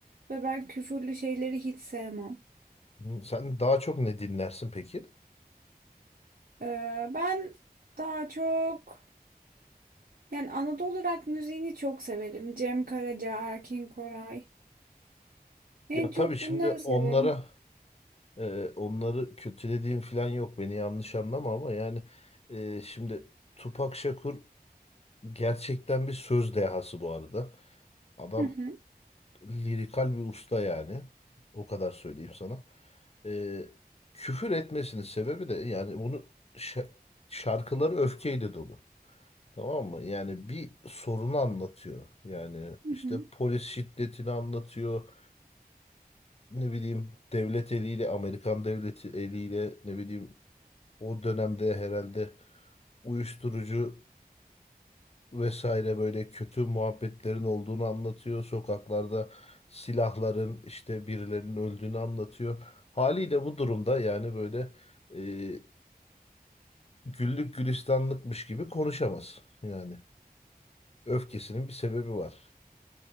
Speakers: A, on the right (about 70°); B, on the left (about 40°).
A: Ve ben küfürlü şeyleri hiç sevmem.
B: Hı, Sen daha çok ne dinlersin peki?
A: Ee, ben daha çok yani Anadolu rock müziğini çok severim. Cem Karaca, Erkin Koray. En
B: Ya
A: çok
B: tabii şimdi
A: bunları
B: onlara
A: severim.
B: e, onları kötülediğim falan yok. Beni yanlış anlama ama yani e, şimdi Tupak Shakur gerçekten bir söz dehası bu arada. Adam
A: Hı hı.
B: lirikal bir usta yani. O kadar söyleyeyim sana. Ee, küfür etmesinin sebebi de yani bunu şa- şarkıları öfkeyle dolu. Tamam mı? Yani bir sorunu anlatıyor. Yani
A: Hı
B: işte
A: hı.
B: polis şiddetini anlatıyor. Ne bileyim devlet eliyle, Amerikan devleti eliyle ne bileyim o dönemde herhalde uyuşturucu vesaire böyle kötü muhabbetlerin olduğunu anlatıyor. Sokaklarda silahların işte birilerinin öldüğünü anlatıyor. Haliyle bu durumda yani böyle e, güllük gülistanlıkmış gibi konuşamaz. Yani öfkesinin bir sebebi var.